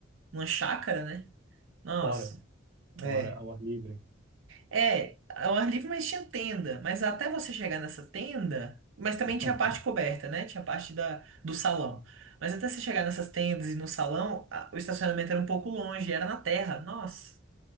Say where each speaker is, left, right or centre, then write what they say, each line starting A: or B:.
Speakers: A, on the right (about 75°); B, on the right (about 60°).
A: numa chácara, né? Nossa.
B: Fora.
A: É.
B: Agora ao ar livre.
A: É, ao ar livre, mas tinha tenda. Mas até você chegar nessa tenda, mas também
B: <laughs>
A: tinha a parte coberta, né? Tinha a parte da, do salão. Mas até você chegar nessas tendas e no salão, a- o estacionamento era um pouco longe, era na terra. Nossa,